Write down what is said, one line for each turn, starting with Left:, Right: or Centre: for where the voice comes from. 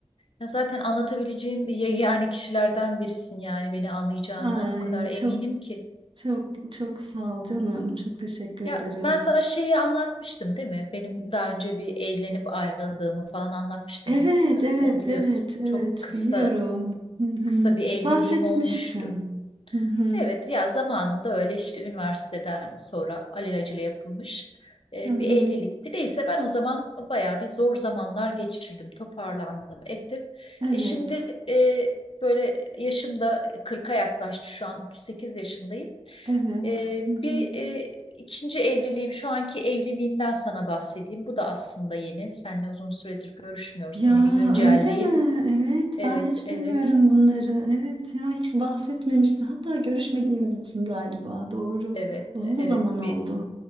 Left: ya zaten anlatabileceğim yani kişilerden birisin yani beni anlayacağına
Right: Ay
Left: o kadar eminim
Right: çok
Left: ki.
Right: çok çok sağ ol canım. Çok teşekkür
Left: Ya
Right: ederim.
Left: ben sana şeyi anlatmıştım değil mi? Benim daha önce bir evlenip ayrıldığımı falan anlatmıştım.
Right: Evet evet
Left: Onu biliyorsun.
Right: evet evet
Left: Çok kısa
Right: biliyorum. Hı hı.
Left: kısa bir evliliğim
Right: Bahsetmiştin.
Left: olmuştu.
Right: Hı hı.
Left: Evet ya zamanında öyle işte üniversiteden sonra alelacele yapılmış e,
Right: Hı hı.
Left: bir evlilikti. Neyse ben o zaman bayağı bir zor zamanlar geçirdim, toparlandım, ettim.
Right: Evet
Left: E şimdi e, böyle yaşımda kırk'a yaklaştı şu an 38 yaşındayım.
Right: evet.
Left: E,
Right: Hı hı.
Left: bir e, ikinci evliliğim şu anki evliliğimden sana bahsedeyim. Bu da aslında yeni. Seninle uzun süredir görüşmüyoruz.
Right: Ya
Left: Seni bir güncelleyeyim.
Right: öyle mi? Evet,
Left: Evet,
Right: ben hiç
Left: evet,
Right: bilmiyorum bunları. Evet, ya hiç bahsetmemişti. Hatta görüşmediğimiz için galiba. Doğru.
Left: evet,
Right: Uzun
Left: evet.
Right: zaman oldu.
Left: Bir